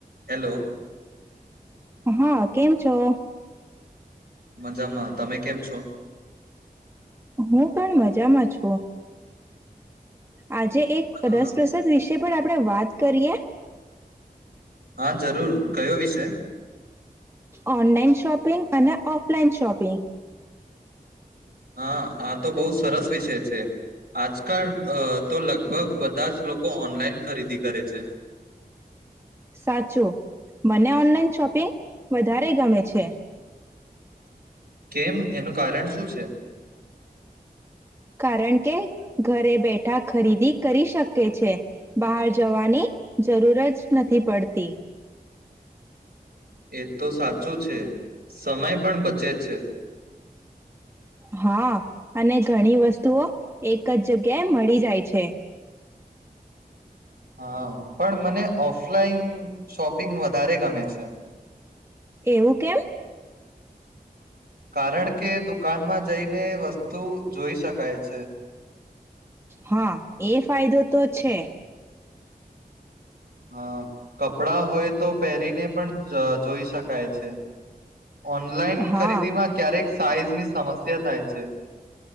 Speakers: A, on the right; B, on the right.
A: Hello.
B: હા, કેમ છો?
A: મજામાં તમે કેમ છો?
B: હું પણ મજામાં છું. આજે એક
A: અ
B: રસપ્રસાદ વિષ પણ આપ આપડે વાત કરીયએ.
A: હા, જરૂર કયો વિષય?
B: ઓનલાઈન શોપ પિંગ અને ઓફલાઈન શોપિંગ.
A: હા, આ તો બહુ સરસ વિષય છે. આજકાલ અહ તો લગભગ બધા જ લોકો ઓનલાઈન ખરીદી કરે છે.
B: સાચું મને ઓનલાઈન શોપિંગ વધારે ગમે છે.
A: કેમ એનું કારણ શું છે.
B: કારણ કે ઘરે બેઠા ખરીદી કરી શકે છે બહાર જવાની જરૂર જ નથી પડતી.
A: એ તો સાચું છે સમય પણ બચે છે.
B: હા અને ઘણી વસ્તુઓ એક જ જગ્યાએ મળી જાય છે.
A: હા પણ મને ઓફલાઈન શોપિંગ વધારે ગમે છે.
B: એવું કેમ
A: કારણ કે દુકાનમાં જઈને વસ્તુ જોઈ શકાય છે.
B: હા એ ફાયદો તો છે.
A: હા કપડા હોય તો પહેરીને પણ જોઈ શકાય છે. ઓનલાઈન
B: હા
A: ખરીદી માં ક્યારેક સાઈઝ ની સમસ્યા થાય છે.